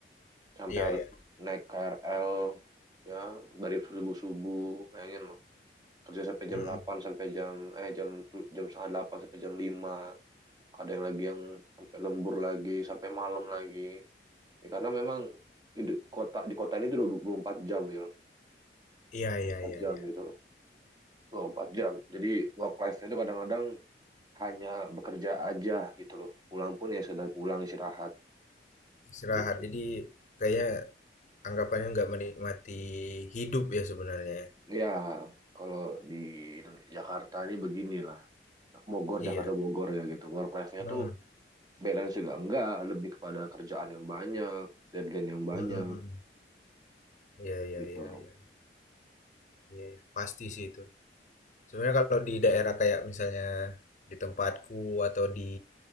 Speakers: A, on the right; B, on the left.
A: sampai
B: iya
A: harus
B: ya.
A: naik KRL, ya, dari subuh-subuh, bayangin loh. Kerja sampai
B: Hmm,
A: jam 8
B: hmm.
A: sampai jam, eh, jam, tu- jam setengah 8 sampai jam lima Ada yang lagi yang sampai lembur lagi, sampai malam lagi. Ya, karena memang di di kota, di kota ini tuh 24 jam, Will.
B: iya
A: dua puluh
B: iya
A: empat
B: iya
A: jam
B: iya.
A: gitu loh. dua puluh empat jam. Jadi work life-nya itu kadang-kadang hanya bekerja aja gitu loh. Pulang pun ya sekedar pulang istirahat
B: Istirahat.
A: gitu.
B: Jadi kayaknya anggapannya nggak menikmati hidup ya sebenarnya. ya.
A: Ya, kalau di Indonesia- Jakarta ini beginilah. Bogor,
B: Iya.
A: Jakarta Bogor ya gitu. Work life-nya
B: Hmm,
A: tuh balance juga enggak, lebih kepada kerjaan yang banyak, deadline yang banyak
B: hmm, hmm, hmm. Iya iya
A: gitu
B: iya.
A: loh.
B: iya. Iya, iya. pasti sih itu. Sebenarnya kalau di daerah kayak misalnya di tempatku atau di